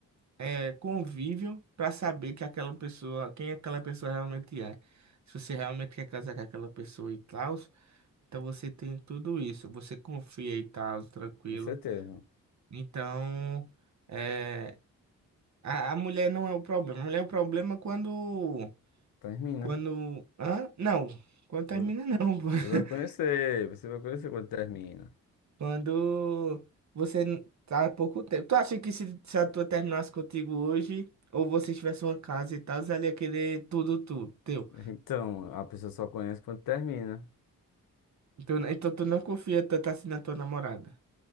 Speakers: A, on the right; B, on the left.
A: eh, convívio para saber que aquela pessoa, quem aquela pessoa realmente é. Se você realmente quer casar com aquela pessoa e tal, então você tem tudo isso. Você confia e tal, tranquilo.
B: Com certeza, não.
A: Então, eh, a, a mulher não é o problema. A mulher é o problema é quando.
B: Termina.
A: Quando. Hã? Não. Quando termina,
B: Você
A: não. pô. <laughs>
B: vai conhecer, você vai conhecer quando termina.
A: Quando você n- tá há pouco tempo. Tu acha que se, se a tua terminasse contigo hoje, ou vocês tivessem uma casa e tal, ela ia querer tudo tu, teu.
B: Então, a pessoa só conhece quando termina.
A: Então, então tu não confia tanto assim na tua namorada.